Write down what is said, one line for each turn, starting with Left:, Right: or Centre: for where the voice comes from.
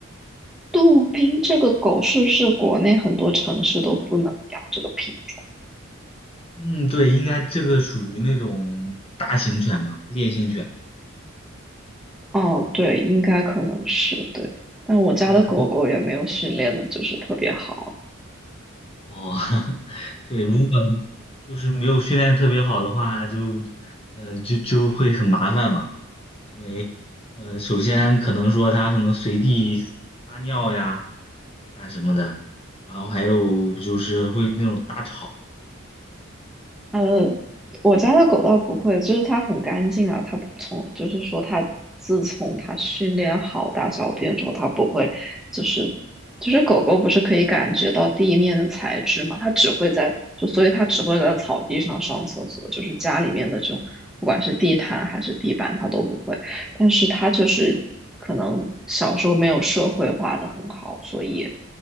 Centre: 杜宾这个狗是不是国内很多城市都不能养这个品种？
Left: 嗯，对，应该这个属于那种大型犬吧，烈性犬。
Centre: 哦，对，应该可能是对。但我家的狗狗也没有训练的，
Left: 对，很多
Centre: 就是特别好。
Left: 哦，<laughs> 对，如果就是没有训练特别好的话，就呃就就会很麻烦嘛，因为呃首先可能说它可能随地撒尿呀。干什么的，然后还有就是会那种大吵，
Centre: 呃，我家的狗倒不会，就是它很干净啊，它不从就是说它自从它训练好大小便之后，它不会就是就是狗狗不是可以感觉到地面的材质嘛，它只会在就所以它只会在草地上上厕所，就是家里面的这种不管是地毯还是地板它都不会，但是它就是可能小时候没有社会化的很好，所以。